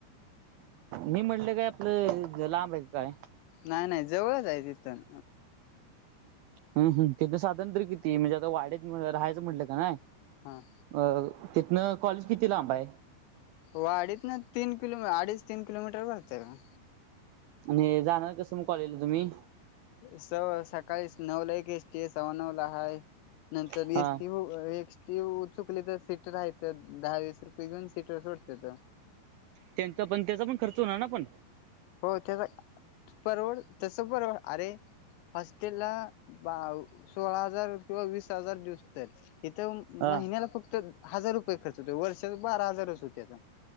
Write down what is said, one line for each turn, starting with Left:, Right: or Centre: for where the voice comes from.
Right: मी म्हटलं काय आपलं लांबे का काय?
Left: नाय नाय जवळच आहे तिथून.
Right: हम हम तेिथं साधारण तरी किती. म्हणजे आता वाढ्यात येऊन राहायचं म्हटलं क नाय.
Left: ह.
Right: अ तिथनं कॉलेज किती लाबं हाय?
Left: वाडीतन तीन किलोमीटर. अडीच तीन किलोमीटर भरतंय बग.
Right: आणि जाणार कसं मग कॉलजला तुम्ही?
Left: सव् सकाळी नऊला एक एस्टीये, सव्वा नऊला हाय. नंतर
Right: हा
Left: एस्टी हो एस्टी चुकली तर सीटर हायत. तर दहा वीस रुपये घेऊन सीटर सोडत्यात.
Right: त्यांचा पण, त्याचा पण खर्च होणार ना पण.
Left: हो त्याचा परवड तस परवड अरे हॉस्टेलला बाव सोळा हजार किंवा वीस हजार दिवसत्यात इथून
Right: हा.
Left: महिन्याला फक्त हजार रुपये खर्च होतो. वर्षाचा बारा हजारच होत्यात.